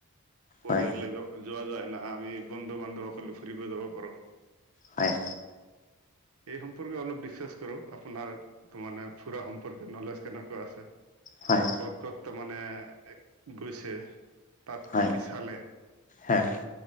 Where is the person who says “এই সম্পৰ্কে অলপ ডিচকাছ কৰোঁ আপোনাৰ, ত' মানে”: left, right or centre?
Right